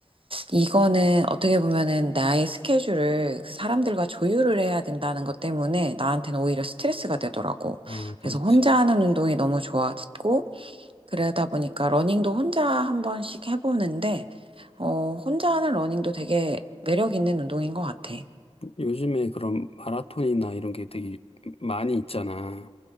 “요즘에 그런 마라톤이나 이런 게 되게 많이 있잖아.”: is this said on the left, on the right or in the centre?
Left